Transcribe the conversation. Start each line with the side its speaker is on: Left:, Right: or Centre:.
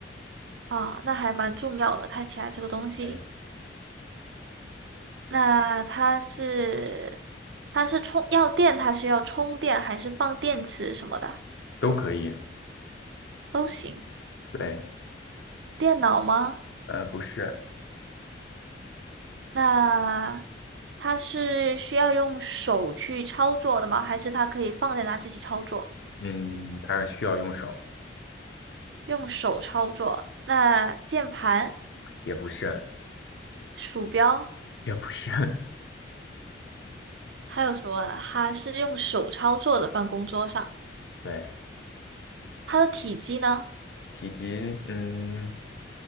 Right: 啊，那还蛮重要的，看起来这个东西。
Left: 对，
Right: 那它是它是充要电，它是要充电还是放电池什么的
Left: 都可以，
Right: 都行。
Left: 对，
Right: 电脑吗？
Left: 呃，不是，
Right: 那它是需要用手去操作的吗？还是它可以放在那自己操作？
Left: 嗯，它需要用手，
Right: 用手操作。那键盘、
Left: 也不是，
Right: 鼠标
Left: 也不是，<laughs>
Right: 还有什么啊？它是用手操作的办公桌上，
Left: 对。
Right: 它的体积呢
Left: 体积，嗯，